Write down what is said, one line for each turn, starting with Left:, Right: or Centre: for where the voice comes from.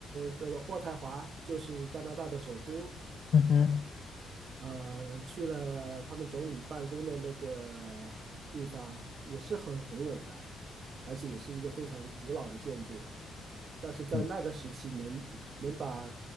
Right: 叫做渥太华，就是加拿大的首都。
Left: 嗯哼，
Right: 呃，去了他们总理办公的那个地方，也是很宏伟的，而且也是一个非常古老的建筑。但是在那个时期能，
Left: 嗯，
Right: 能把